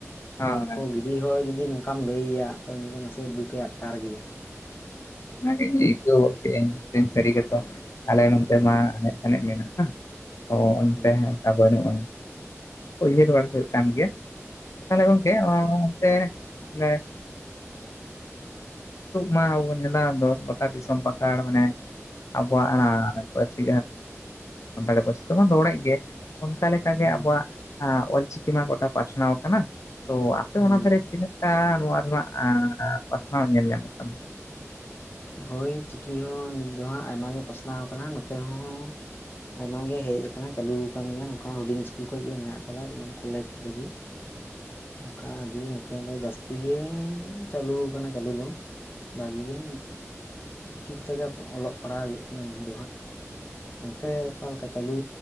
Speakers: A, on the left; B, on the left.
A: ᱦᱳᱭ
B: ᱟᱫᱚ ᱩᱱᱠᱩ ᱜᱤᱰᱤ ᱦᱚᱲ ᱡᱩᱫᱤ ᱱᱚᱝᱠᱟᱢ ᱞᱟᱹᱭ ᱟᱭᱟ ᱩᱱᱤ ᱫᱚ ᱱᱟᱥᱮ ᱫᱩᱠᱮ ᱟᱴᱠᱟᱨ ᱜᱮᱭᱟ
A: ᱦᱮᱸ ᱟᱹᱭᱠᱟᱹᱣ ᱠᱮᱫᱟᱹᱧ ᱥᱟᱹᱨᱤ ᱜᱮᱛᱚ ᱟᱞᱮ ᱱᱰᱮ
B: ᱦᱩᱸ
A: ᱢᱟ ᱮᱱᱮᱡ ᱮᱟᱱᱮᱡ ᱢᱮᱱᱟᱜᱼᱟ ᱦᱮ ᱚ ᱚᱱᱛᱮ
B: ᱦᱩᱸ
A: ᱚᱱᱠᱟ ᱵᱟᱹᱱᱩᱜᱼᱟ ᱩᱭᱦᱟᱹᱨ ᱵᱟᱲᱟ ᱦᱩᱭᱩᱜ ᱠᱟᱱ ᱜᱮᱭᱟ ᱛᱟᱦᱚᱞᱮ ᱜᱚᱝᱠᱮ ᱚᱱᱛᱮ ᱟᱦᱞᱮ ᱢᱟ ᱟᱵᱚ ᱵᱚᱱ ᱧᱮᱞᱟ ᱫᱚ ᱜᱚᱴᱟ ᱫᱤᱥᱚᱢ ᱯᱟᱠᱟᱲ ᱢᱟᱱᱮ ᱟᱵᱚᱣᱟᱜ ᱯᱟᱹᱨᱥᱤ ᱥᱟᱱᱛᱟᱲᱤ ᱯᱟᱹᱨᱥᱤ ᱛᱮᱵᱚᱱ ᱨᱚᱲᱮᱜ ᱜᱮ ᱚᱱᱠᱟ ᱞᱮᱠᱟᱜᱮ
B: ᱦᱳᱭ
A: ᱟᱵᱚᱣᱟᱜ ᱚᱞᱪᱤᱠᱤ ᱢᱟ ᱜᱚᱴᱟ ᱯᱟᱥᱱᱟᱣ ᱠᱟᱱᱟ ᱛᱚ ᱟᱯᱮ
B: ᱦᱳᱭ
A: ᱚᱱᱟ ᱫᱷᱟᱨᱮ ᱛᱤᱱᱟᱹᱜ ᱜᱟᱱ ᱱᱚᱣᱟ ᱨᱮᱱᱟᱜ ᱯᱟᱥᱱᱟᱣ ᱧᱮᱞ ᱧᱟᱢᱚᱜ ᱠᱟᱱᱟ
B: ᱦᱳᱭ ᱪᱤᱠᱤ ᱦᱚᱸ ᱱᱤᱛ ᱫᱚᱦᱟᱸᱜ ᱟᱭᱢᱟ ᱜᱮ ᱯᱟᱥᱱᱟᱣ ᱠᱟᱱᱟ ᱱᱚᱛᱮ ᱦᱚᱸ ᱟᱭᱢᱟ ᱜᱮ ᱦᱮᱡ ᱟᱠᱟᱱᱟ ᱪᱟᱹᱞᱩ ᱟᱠᱟᱱ ᱜᱮᱭᱟ ᱱᱚᱝᱠᱟ ᱦᱩᱰᱤᱧ ᱥᱠᱩᱞ ᱠᱷᱚᱱ ᱜᱮ ᱢᱮᱱᱟᱜ ᱟᱠᱟᱫᱟ ᱮᱠ ᱠᱚᱞᱮᱡ ᱫᱷᱟᱹᱵᱤᱡ
A: <inaudible>
B: ᱚᱱᱠᱟ ᱟᱹᱰᱤ ᱱᱚᱛᱮ ᱫᱚ ᱡᱟᱹᱥᱛᱤ ᱛᱤ ᱜᱮ ᱪᱟᱹᱞᱩ ᱟᱠᱟᱱᱟ ᱪᱟᱹᱞᱩ ᱫᱚ ᱵᱷᱟᱜᱤ ᱜᱮ ᱪᱤᱠᱤ ᱛᱮᱜᱮ ᱚᱞᱚᱜ ᱯᱟᱲᱦᱟᱜ ᱦᱩᱭᱩᱜ ᱠᱟᱱᱟ ᱱᱤᱫ ᱫᱚ ᱦᱟᱸᱜ ᱚᱱᱛᱮ ᱚᱠᱟᱠᱟ ᱪᱟᱹᱞᱩ